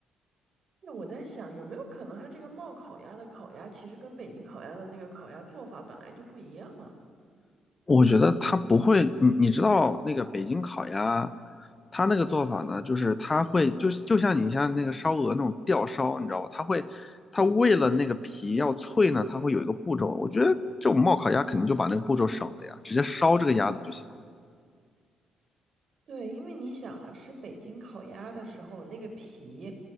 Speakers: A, on the right; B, on the left.
A: 那我在想，有没有可能它这个冒烤鸭的烤鸭，其实跟北京烤鸭的那个烤鸭做法本来就不一样啊？
B: 我觉得他不会，你你知道那个北京烤鸭，他那个做法呢，就是他会就是就像你像那个烧鹅那种吊烧，你知道吧？他会他为了那个皮要脆呢，他会有一个步骤。我觉得这种冒烤鸭肯定就把那个步骤省了呀，直接烧这个鸭子就行了。
A: 对，因为你想啊，吃北京烤鸭的时候，那个皮，